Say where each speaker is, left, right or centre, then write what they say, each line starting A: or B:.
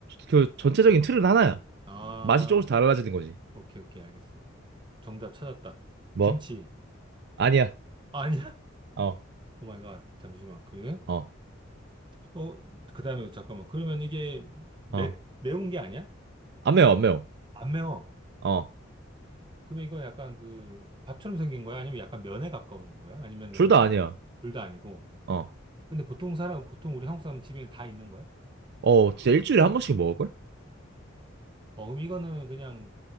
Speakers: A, on the right; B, on the right.
A: 그 전체적인 틀은 하나야.
B: 아,
A: 맛이 조금씩 달라지는 거지.
B: 오케이, 오케이, 알겠어. 정답 찾았다.
A: 뭐?
B: 김치.
A: 아니야.
B: 아, 아니야?
A: 어,
B: <laughs> 오 마이 갓, 잠시만. 그래?
A: 어,
B: 어, 그 다음에 잠깐만. 그러면 이게 매,
A: 어.
B: 매운 게 아니야?
A: 안 매워, 안 매워.
B: 안 매워.
A: 어,
B: 그러면 이건 약간 그 밥처럼 생긴 거야? 아니면 약간 면에 가까운 거야? 아니면
A: 둘
B: 그냥
A: 다 아니야.
B: 둘 다 아니고.
A: 어,
B: 근데 보통 사람, 보통 우리 한국 사람 집에 다 있는 거야?
A: 어, 진짜 일주일에 한 번씩 먹을걸?
B: 어, 그럼 이거는 그냥